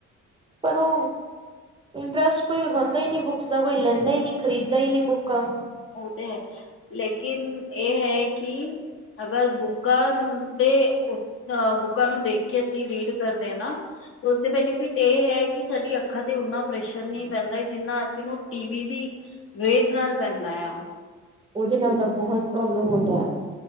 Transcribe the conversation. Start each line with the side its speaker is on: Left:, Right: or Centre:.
Right: ਪਰ ਓ ਇੰਟਰਸਟ ਕੋਈ ਦਿਖਾਉਂਦਾ ਹੀ ਨੀ ਬੁੱਕਸ ਦਾ ਕੋਈ ਲੈਂਦਾ ਹੀ ਨੀ ਖਹੀਂ ਬੁੱਕਾ।
Left: ਓ ਤੇ ਹੈ ਲੇਕਿਨ ਏ ਹੈ ਕਿ ਅਗਰ ਬੁੱਕਾ ਦੇ ਹਾਂ ਬੁੱਕਾਂ ਨੂੰ ਦੇਖ ਕੇ ਅਸੀਂ ਰੀਡ ਕਰਦੇ ਆ ਨਾ। ਉਸਦੇ ਬੈਨੀਫਿਟ ਏ ਹੈ ਕਿ ਸਾਡੀ ਅੱਖਾਂ ਤੇ ਉਨਾ ਪ੍ਰੈਸ਼ਰ ਨੀ ਪੈਂਦਾ ਜਿੰਨਾ ਅਸੀਂ ਟੀਵ ਦੀ ਵੇਵਜ਼ ਨਾਲ ਪੈਂਦਾ ਆ।
Right: ਓਦੇ ਨਾਲ ਤਾਂ ਬੋਹਤ ਪ੍ਰੋਬਲਮ ਹੁੰਦਾ।